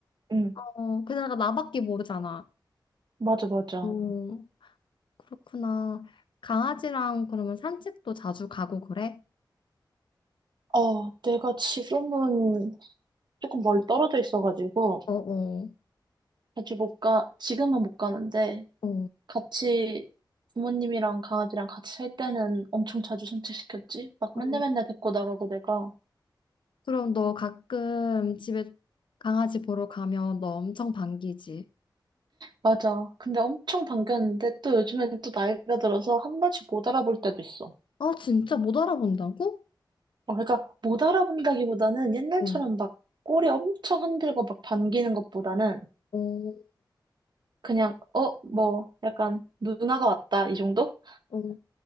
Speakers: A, on the right; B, on the left.
A: 응,
B: 어, 그나가 나밖에 모르잖아.
A: 맞아, 맞아.
B: 어, 그렇구나. 강아지랑 그러면 산책도 자주 가고 그래?
A: 어, 내가 지금은 조금 멀리 떨어져 있어가지고,
B: 어, 어,
A: 아직 못 가, 지금은 못 가는데,
B: 어.
A: 같이 부모님이랑 강아지랑 같이 살 때는 엄청 자주 산책시켰지? 막
B: 어.
A: 맨날 맨날 데리고 나가고 내가.
B: 그럼 너 가끔 집에 강아지 보러 가면 너 엄청 반기지?
A: 맞아. 근데 엄청 반겼는데 또 요즘에는 또 나이가 들어서 한 번씩 못 알아볼 때도 있어.
B: 아, 진짜 못 알아본다고?
A: 어, 그러니까 못 알아본다기보다는 옛날처럼
B: 어,
A: 막 꼬리 엄청 흔들고 막 반기는 것보다는
B: 어,
A: 그냥 어, 뭐 약간 누나가 왔다 이 정도?
B: 어,